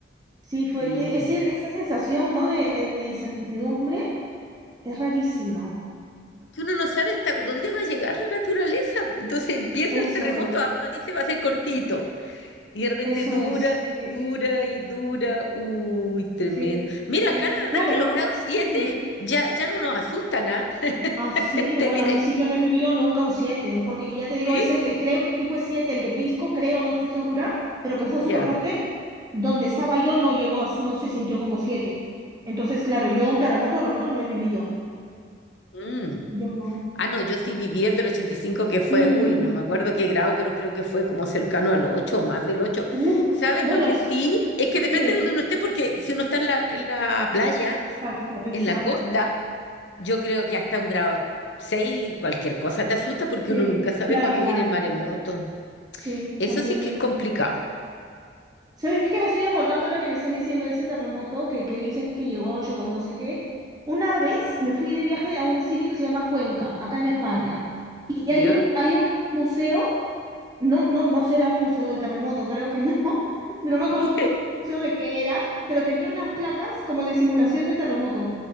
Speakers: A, on the right; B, on the left.
A: Sí, fue
B: sí.
A: que ese, esa sensación, ¿no? De, de incertidumbre es rarísima.
B: que uno no sabe hasta dónde va a llegar la naturaleza. Entonces empieza
A: Eso
B: el terremoto,
A: es,
B: ah, uno dice va a ser cortito, y de repente
A: eso
B: dura
A: es.
B: y
A: eh,
B: dura y dura. Uy, tremendo.
A: Sí,
B: Mira,
A: sí.
B: acá la verdad
A: Claro,
B: es que
A: no.
B: los grados siete
A: mm.
B: ya, ya no nos asustan, ¿ah? <laughs>
A: Ah, sí,
B: Te
A: bueno,
B: diré,
A: a mí sí que no he vivido nunca un siete, porque ya te digo,
B: ¿sí?
A: ese que creo que sí fue 7 el de Pisco, creo, no estoy segura, pero que fue
B: Ya.
A: súper fuerte, donde estaba yo no llegó, a- no se sintió como 7. Entonces, claro, yo un terremoto, terremoto no he vivido.
B: Mm.
A: Yo no.
B: Ah, no, yo sí viví el del 85 que fue,
A: Mm,
B: uy, no me acuerdo qué grado, pero creo que fue como cercano al 8 o más del ocho
A: uf,
B: ¿Sabes
A: bueno,
B: lo que sí? Es que depende
A: sí,
B: de donde uno esté, porque si uno está en la, en la playa,
A: exacto, exacto.
B: en la costa, Yo creo que hasta un grado seis cualquier cosa te asusta porque
A: Sí,
B: uno nunca sabe
A: cla-
B: cuándo
A: claro,
B: viene el maremoto.
A: sí,
B: Eso
A: también
B: sí que
A: eso.
B: es complicado,
A: ¿Sabes qué me estoy acordando ahora que me estás diciendo ese terremoto que, que dices que llegó a 8 o no sé qué? Una vez me fui de viaje a un sitio que se llama Cuenca, acá en España, y
B: ¿ya?
A: hay un, hay un museo no, no, no será un museo del terremoto, creo que no. <laughs> No me acuerdo
B: <laughs>
A: un museo de qué era, pero tenía unas placas como de simulación de terremoto.